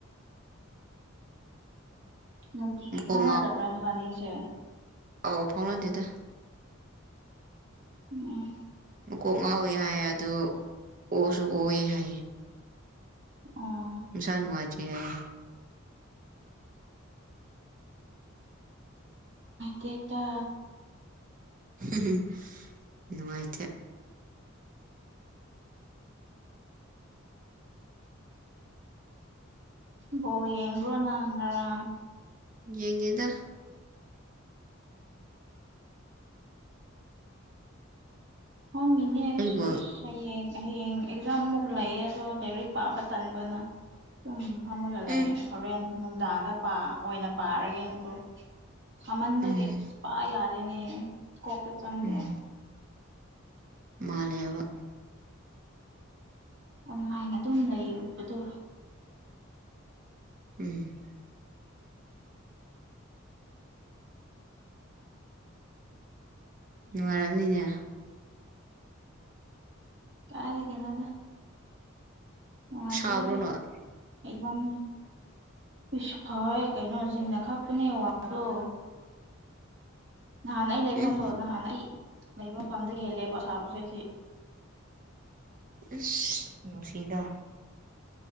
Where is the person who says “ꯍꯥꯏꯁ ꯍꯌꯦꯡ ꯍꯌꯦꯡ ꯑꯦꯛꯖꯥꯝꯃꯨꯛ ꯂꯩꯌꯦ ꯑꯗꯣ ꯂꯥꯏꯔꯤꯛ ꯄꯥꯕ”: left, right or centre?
Right